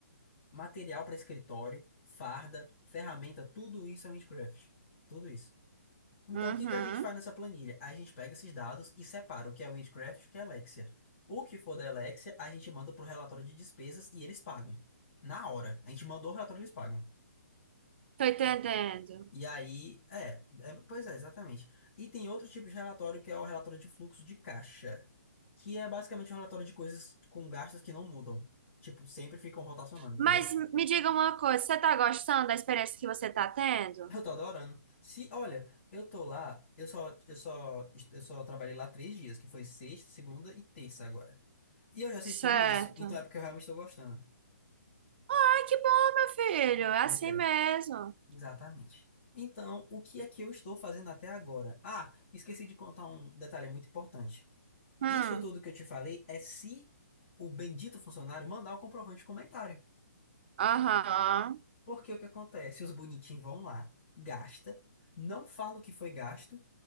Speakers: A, on the left; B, on the right.
A: material para escritório, farda, ferramenta, tudo isso é Windcraft. Tudo isso. Então,
B: Uhum.
A: o que que a gente faz nessa planilha? A gente pega esses dados e separa o que é Windcraft e o que é Alexia. O que for da Alexia, a gente manda para o relatório de despesas e eles pagam. Na hora. A gente mandou o relatório, e eles pagam.
B: Tô entendendo.
A: E aí, é, é, pois é, exatamente. E tem outro tipo de relatório que é o relatório de fluxo de caixa, que é basicamente um relatório de coisas com gastos que não mudam. Tipo, sempre ficam rotacionando, entendeu?
B: Mas me diga uma coisa, você tá gostando da experiência que você tá tendo?
A: Eu tô adorando. Se, olha, eu tô lá, eu só, eu só, eu só trabalhei lá três dias, que foi sexta, segunda e terça agora. E eu já sei
B: Certo.
A: de tudo isso, então é porque eu realmente tô gostando.
B: Ai, que bom, meu filho. É
A: Pois
B: assim
A: é,
B: mesmo.
A: exatamente. Então, o que é que eu estou fazendo até agora? Ah, esqueci de contar um detalhe muito importante.
B: Hum,
A: Isso tudo que eu te falei é se o bendito funcionário mandar o comprovante de comentário.
B: aham,
A: Porque o que acontece? Os bonitinhos vão lá, gasta, não fala o que foi gasto.